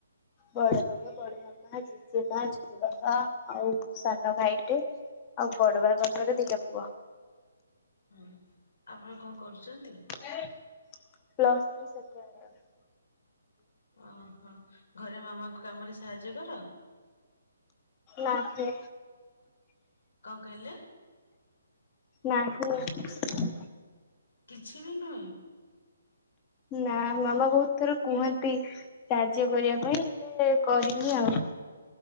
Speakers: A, on the left; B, on the left.
A: ବଡ଼ ବାବା ବଡ଼ ମାମା ଜେଜେମା ଜେଜେ ବାବା ଆଉ ସାନ ଭାଇଟେ। ଆଉ ବଡ଼ ବାବାଙ୍କର ଦିଇଟା ପୁଅ।
B: ହୁଁ ଆପଣ କଣ କରୁଚନ୍ତି?
A: Plus three second year.
B: ଓହୋ ଘରେ ମାମାଙ୍କ କାମରେ ସାହାଯ୍ୟ କର?
A: ନା ଫେ
B: କଁ କହିଲ?
A: ମା ଙ୍କୁ <unintelligible>
B: କିଛି ବି ନୁହେଁ?
A: ନା ମାମା ବୋହୁତ ଥର କୁହନ୍ତି, ସାହାଯ୍ୟ କରିବା ପାଇଁ ହେଲେ କରିନି ଆଉ।